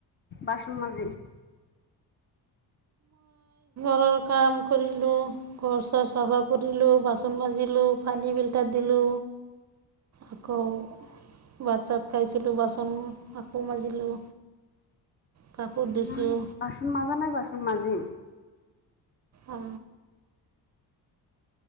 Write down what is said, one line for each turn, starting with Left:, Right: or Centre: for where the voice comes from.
Left: বাচন মাজিম।
Right: ঘৰ কাম কৰিলোঁ। ঘৰ চৰ চাফা কৰিলোঁ, বাচন মাজিলোঁ, পানী ফিল্টাৰ দিলোঁ। আকৌ ভাত চাত খাইছিলোঁ বাচন আকৌ মাজিলোঁ কাপোৰ ধুইছোঁ।
Left: মই বাচন মাজা নাই, বাচন মাজিম।
Right: অঁ।